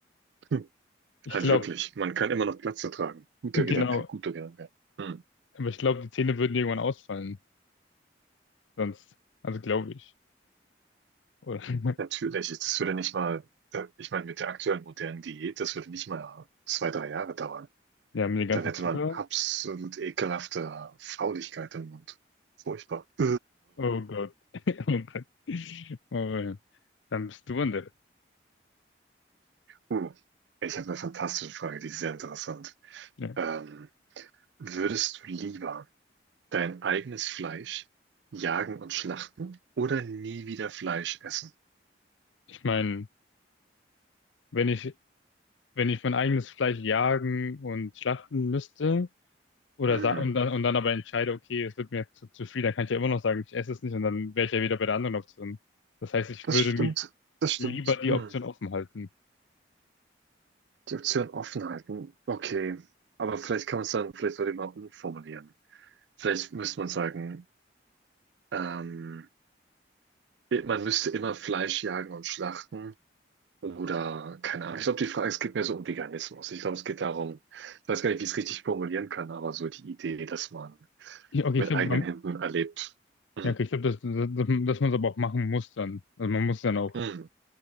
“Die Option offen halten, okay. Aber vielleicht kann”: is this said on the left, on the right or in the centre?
Right